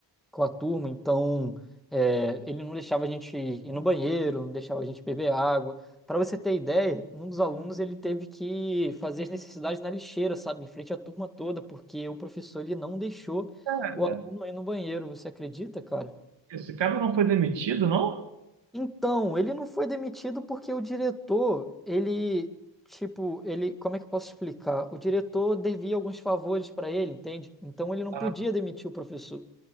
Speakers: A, in the centre; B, on the right.
A: com a turma, então é, ele não deixava a gente ir no banheiro, não deixava a gente beber água. Para você ter ideia, um dos alunos ele teve que fazer as necessidades na lixeira, sabe, em frente à turma toda, porque o professor ele não deixou
B: Cara,
A: o aluno ir no banheiro. Você acredita, cara?
B: esse cara não foi demitido, não?
A: Então, ele não foi demitido porque o diretor, ele, tipo, ele, como é que eu posso explicar? O diretor devia alguns favores para ele, entende? Então ele não
B: Ah,
A: podia demitir o professor.